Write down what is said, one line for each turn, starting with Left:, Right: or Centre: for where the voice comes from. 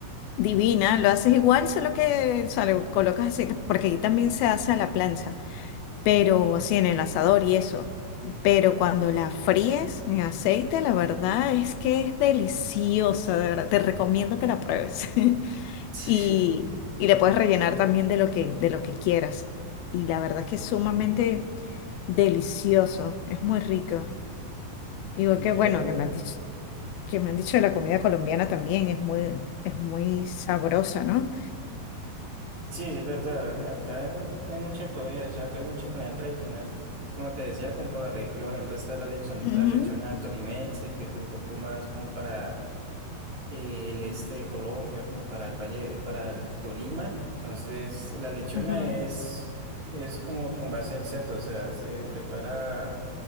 Left: Divina, lo haces igual, solo que, o sea, le colocas aceite, porque aquí también se hace a la plancha. pero así en el asador y eso. Pero cuando la fríes en aceite, la verdad es que es deliciosa, de verdad. Te recomiendo que la pruebes. <laughs>
Right: <laughs>
Left: Y,
Right: Sí,
Left: y le puedes rellenar también de lo que, de lo que quieras. Y la verdad es que es sumamente delicioso, es muy rico. Igual
Right: ve,
Left: que bueno, que me han dicho, que me han dicho de la comida colombiana también, es muy, es muy sabrosa, ¿no?
Right: sí, es verdad, acá hay mucha comida, o sea, acá hay mucha comida tradicional, como te decía, como por la región, siempre está la lechon,
Left: Ujú,
Right: la lechona tolimense, que es un poco más como para el este de Colombia, como para el Valle, para el Tolima. Entonces, la lechona
Left: ujú.
Right: es, es como con base al cerdo, o sea, se prepara